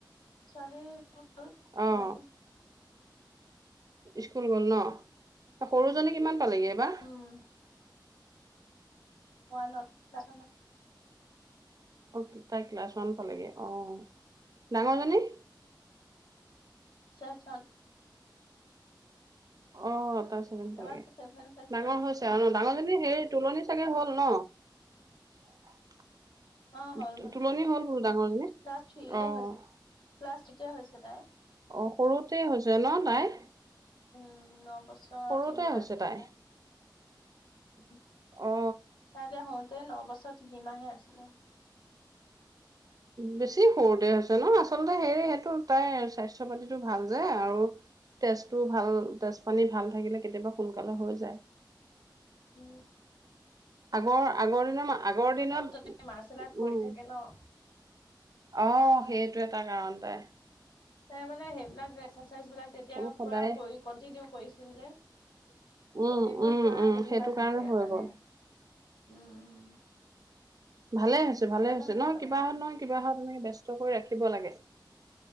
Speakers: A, on the left; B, on the right.
A: ছোৱালী। দুইজনী।
B: অ' স্কুল গ'ল ন, সৰু জনী কিমান পালেগে এইবাৰ।
A: উম ওৱান <unintelligible>
B: অহ' তাই ক্লাছ ওৱান পালেগে, অহ' ডাঙৰজনী?
A: ছেকচন।
B: অহ' তাই ছেভেন পালেগে,
A: এবাৰ চেভেন পাইছে
B: ডাঙৰ হৈছে
A: অ
B: আৰু ন ডাঙৰজনী হেৰি তুলনি চাগে হ'ল ন? <inaudible>
A: অ হ'ল
B: তুলনি হ'ল বোলো ডাঙৰ জনী।
A: ক্লাছ থ্ৰীতে
B: অ'
A: হৈছে ক্লাছ থ্ৰীতে হৈছে তাই
B: সৰুতেই হৈছে ন তাই।
A: উম, ন বছৰ
B: সৰুতে
A: তিনিমাহ
B: হৈছে
A: তেতিয়া
B: তাই
A: উম।
B: অ
A: তাই বিয়া হওঁতে ন বছৰ তিনিমাহে আছিলে।
B: বেছি সৰুতে হৈছে ন, আচলতে হেৰি সেইটো তাই স্বাস্থ্য পাতিটো ভাল যে আৰু তেজটো ভাল, তেজ পানী ভাল থাকিলে কেতিয়াবা সোনকালে হৈ যায়।
A: উম।
B: আগৰ আগৰ দিনৰ ম আগৰ দিনত
A: আৰু তাতে মাৰ্চেল আৰ্ট কৰি
B: উম
A: থাকে ন
B: অহ সেইটো এটা কাৰণ তাইৰ।
A: তাই মানে সেইবিলাক এক্সাৰচাইজ বিলাক তেতিয়া
B: সেইবোৰ সদায়
A: পৰা কৰি কন্টিনিউ কৰিছিল যে
B: উম,
A: বডিটো
B: উম,
A: পুৰা
B: উম,
A: হেৰি
B: সেইটো
A: হৈ
B: কাৰণে
A: থাকে মানে
B: গ'ল
A: উম, উম।
B: ভালে হৈছে, ভালে
A: সেইকাৰণে
B: হৈছে
A: সোনকালে
B: ন, কিবাহত
A: হৈছে
B: নহয় কিবাহত এনেই ব্যস্ত কৰি ৰাখিব লাগে।